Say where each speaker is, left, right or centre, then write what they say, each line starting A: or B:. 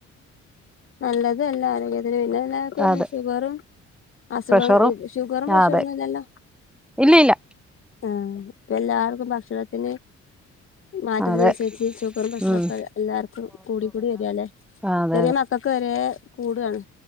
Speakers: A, on the left (about 45°); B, in the centre.
A: നല്ലതും അല്ല ആരോഗ്യത്തിന് പിന്നെല്ല ഇക്ക് <unintelligible>
B: അതെ
A: ഷുഗറും അസുഖം
B: പ്രഷറും
A: ഷുഗറും
B: ആ
A: പ്രഷറൊന്നും
B: അതെ
A: ഇല്ലല്ലോ
B: ഇല്ല ഇല്ല
A: ആഹ് ഇപ്പ എല്ലാർക്കും ഭക്ഷണത്തിന് മാറ്റത്തിനുസരിച്ച്
B: അതെ
A: ഷുഗറും പ്രഷറൊക്കെ
B: ഉം
A: എല്ലാർക്കും കൂടി കൂടി വരാല്ലേ
B: ആഹ് അതെ
A: ചെറിയ മക്കക്ക് വരെ കൂടാണ്